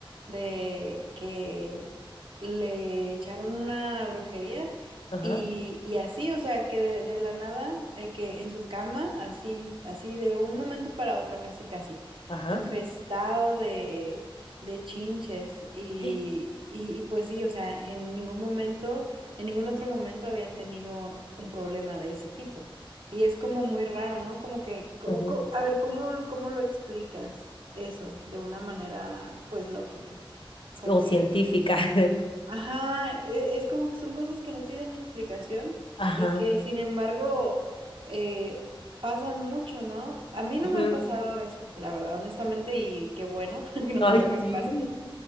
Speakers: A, on the right; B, on the left.
A: de que le echaron una brujería
B: ajá,
A: y, y así, o sea, que de, de la nada, de que en su cama, así, así, de un momento para otro, casi, casi,
B: ajá.
A: infestado de... de chinches y,
B: <gasps>
A: y, y pues sí, o sea, en ningún momento en ningún otro momento habían tenido un problema de ese tipo. Y es como muy raro, ¿no? Como que, co-
B: ujú.
A: co- a ver, ¿cómo, cómo lo explicas eso de una manera, pues, lógica? Como
B: O
A: que,
B: científica. <laughs>
A: ajá, e- es como que son cosas que no tienen explicación
B: Ajá.
A: y que, sin embargo, eh, pasan mucho, ¿no? A mí no
B: ujú.
A: me ha pasado eso, la verdad, honestamente, y qué bueno, <laughs> no
B: Ay,
A: quiero que
B: sí.
A: me pase.